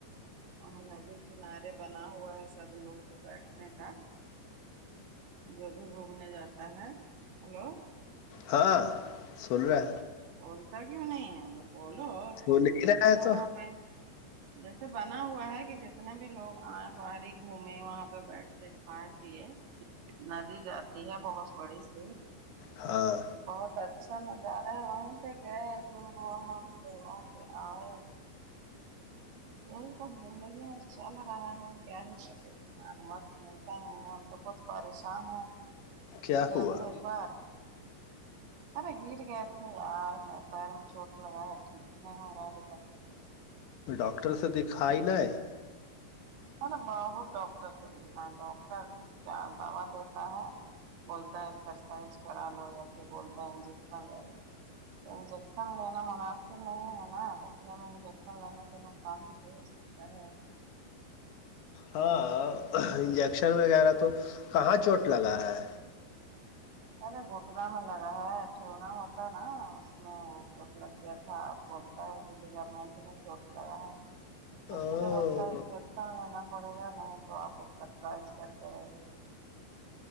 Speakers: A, on the right; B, on the left.
A: وہ ندی کنارے بنا ہوا ہے سب لوگ تو بیٹھنے کا جو بھی گھومنے جاتا ہے ہلو
B: ہاں سن رہا
A: بولتا کیوں نہیں ہے وہ بولو
B: سن
A: تو
B: ہی رہا ہے
A: وہاں
B: تو
A: پہ جیسے بنا ہوا ہے کہ جتنا بھی لوگ ہاں باہر ہی گھومے وہاں پہ بیٹھ کے کھائے پیے ندی جاتی ہے بہت بڑی سی
B: ہاں
A: بہت اچھا نظارہ ہے وہیں پہ گئے ایک دن گھوم ووم کے وہاں پ آئے یہی سب زندگی میں چل رہا ہے کیا ہی چلے انسان بہت ملتا ہیں ہم تو بہت پریشان ہیں
B: کیا
A: گر گئے
B: ہوا
A: تھے ایک بار ارے گر گئے تھے یار میرے پیر میں چھوٹ لگا ہے ٹھیک نہیں ہو رہا ابھی تک
B: تو ڈاکٹر سے دکھائی نہ
A: نا بہت ڈاکٹر سے دکھا ہے ڈاکٹر کیا دوا دیتا ہے بولتا ہے ایکسرسائز کرا لو یا پھر بولتا ہے انجیکشن لے لو تو انجیکشن لینا مناسب نہیں ہے نا گٹھنوں میں انجیکشن لینے کے نقصان کو ہو سکتا ہے
B: ہاں انجیکشن وغیرہ تو کہاں چوٹ لگا ہے
A: ارے گھٹنا میں لگا ہے ٹونا ہوتا ہے نا اس میں چوٹ لگ گیا تھا بولتا ہے کہ لیگا مٹ میں چوٹ لگا ہے تو اس
B: او
A: کے لیے بولتا انجیکشن لینا پڑے گا نہیں تو آپ اسکاسائز کرتے رہیے